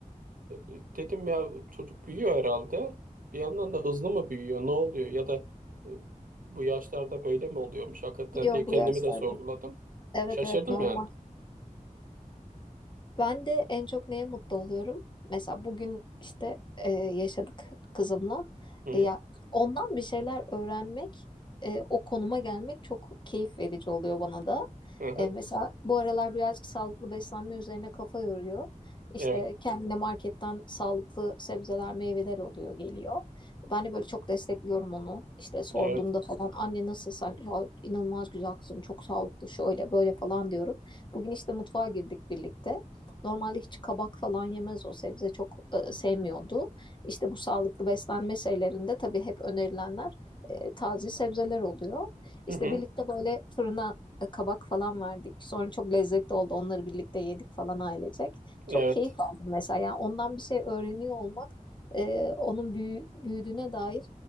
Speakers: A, on the right (about 80°); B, on the left (about 35°).
A: E, e, Dedim ya çocuk büyüyor herhalde. Bir yandan da hızlı mı büyüyor, ne oluyor ya da e, bu yaşlarda böyle mi oluyormuş hakikaten
B: Yok
A: diye kendimi
B: bu yaşlarda.
A: de sorguladım.
B: Evet
A: Şaşırdım
B: evet normal.
A: yani.
B: Ben de en çok neye mutlu oluyorum? Mesela bugün işte e, yaşadık kızımla.
A: Hı hı.
B: E, ya ondan bir şeyler öğrenmek, e, o konuma gelmek çok keyif verici oluyor bana da.
A: Hı hı.
B: E, mesela bu aralar birazcık sağlıklı beslenme üzerine kafa yoruyor. İşte
A: Evet.
B: kendine marketten sağlıklı sebzeler, meyveler oluyor, geliyor. Ben de böyle çok destekliyorum onu. İşte sorduğunda
A: Evet.
B: falan anne nasıl sen Ya inanılmaz güzel kızım, çok sağlıklı şöyle böyle falan diyorum. Bugün işte mutfağa girdik birlikte. Normalde hiç kabak falan yemez o sebze çok e, sevmiyordu. İşte bu sağlıklı beslenme şeylerinde tabii hep önerilenler e, taze sebzeler oluyor. İşte
A: Hı hı.
B: birlikte böyle fırına e, kabak falan verdik. Sonra çok lezzetli oldu. Onları birlikte yedik falan ailecek.
A: Evet.
B: Çok keyif aldım mesela. Yani ondan bir şey öğreniyor olmak e, onun büyü- büyüdüğüne dair